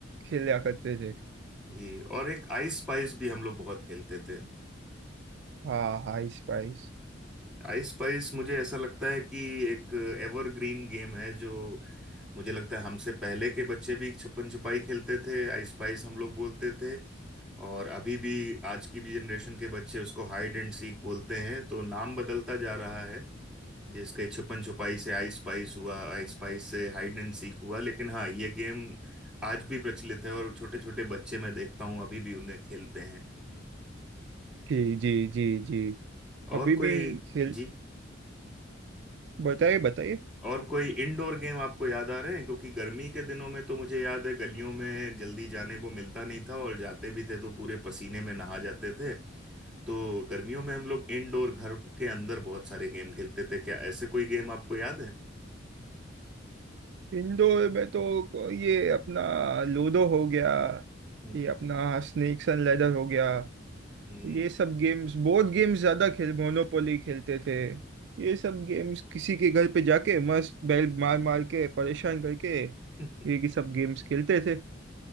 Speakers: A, on the right; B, in the centre.
A: खेला करते थे
B: ये और एक आइस स्पाइस भी हम लोग बहुत खेलते थे
A: हाँ हाई स्पाइस
B: आइस स्पाइस मुझे ऐसा लगता है कि एक एवरग्रीन गेम है जो मुझे लगता है हमसे पहले के बच्चे भी छुपन छुपाई खेलते थे आइस स्पाइस हम लोग बोलते थे और अभी भी आज की भी जनरेशन के बच्चे उसको हाइड एंड सीक बोलते हैं तो नाम बदलता जा रहा है जिसके छुपन छुपाई से आई स्पाइस हुआ आई स्पाइस से हाइड एंड सीक हुआ लेकिन हाँ ये गेम आज भी प्रचलित है और छोटे छोटे बच्चे मैं देखता हूँ अभी भी उन्हें खेलते हैं
A: जी जी जी जी
B: और
A: अभी
B: कोई
A: भी खेल
B: जी
A: बताइए बताइए
B: और कोई इंडोर गेम आपको याद आ रहे हैं क्योंकि गर्मी के दिनों में तो मुझे याद है गलियों में जल्दी जाने को मिलता नहीं था और जाते भी थे तो पूरे पसीने में नहा जाते थे तो गर्मियों में हम लोग इंडोर घर के अंदर बहुत सारे गेम खेलते थे क्या ऐसे कोई गेम आपको याद है
A: इंडोर में तो को- ये अपना लूडो हो गया
B: हम्म
A: ये अपना स्नेक्स एंड लैडर हो गया
B: हम्म
A: ये सब गेम्स बोर्ड गेम्स ज्यादा खेल मोनोपोली खेलते थे ये सब गेम्स किसी के घर पे जाके मस्त बैल मार मार के परेशान करके
B: हम्म। <laughs>
A: ये की सब गेम्स खेलते थे